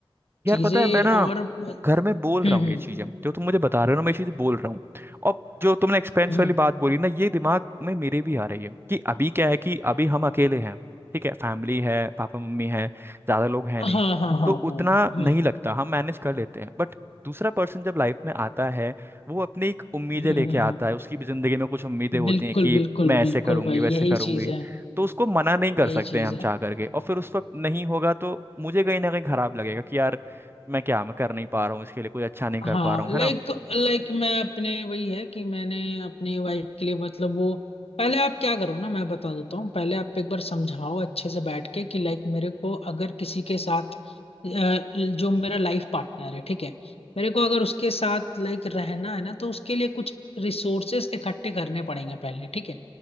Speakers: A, on the right; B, on the left.
A: यार
B: चीजें
A: पता है मैं ना
B: और हम्म
A: घर में बोल रहा हूँ
B: हम्म
A: ये चीजें जो तुम मुझे बता रहे हो ना मैं ये चीजें बोल रहा हूँ और जो तुमने एक्सपेंस
B: हम्म
A: वाली बात बोली ना ये दिमाग में मेरे भी आ रही है कि अभी क्या है कि अभी हम अकेले हैं ठीक है फैमिली है पापा मम्मी है ज्यादा लोग हैं
B: हाँ
A: नहीं
B: हाँ हाँ
A: तो उतना
B: हाँ हम्म
A: नहीं लगता हम मैनेज कर लेते हैं बट दूसरा पर्सन जब लाइफ में आता है वो अपनी एक उम्मीदें
B: हम्म
A: लेके
B: हम्म हम्म।
A: आता है उसकी भी जिंदगी में कुछ उम्मीदें होती
B: बिल्कुल
A: हैं कि
B: बिल्कुल
A: मैं ऐसे
B: बिल्कुल
A: करूंगी
B: भाई
A: वैसे
B: यही
A: करूंगी
B: चीज है
A: तो उसको मना नहीं कर
B: यही
A: सकते
B: चीज
A: हैं हम
B: है
A: चाह करके और फिर उस वक्त नहीं होगा तो मुझे कहीं ना कहीं खराब लगेगा कि यार मैं क्या मैं कर नहीं पा रहा हूँ इसके लिए कोई अच्छा नहीं
B: हाँ
A: कर पा रहा हूँ
B: लाइक
A: है ना
B: लाइक मैं अपने वही है कि मैंने अपनी वाइफ के लिए मतलब वो पहले आप क्या करो ना मैं बता देता हूँ पहले आप एक बार समझाओ अच्छे से बैठ के कि लाइक मेरे को अगर किसी के साथ अ, जो मेरा लाइफ पार्टनर है ठीक है मेरे को अगर उसके साथ लाइक रहना है ना तो उसके लिए कुछ रिसोर्सेस इकट्ठे करने पड़ेंगे पहले ठीक है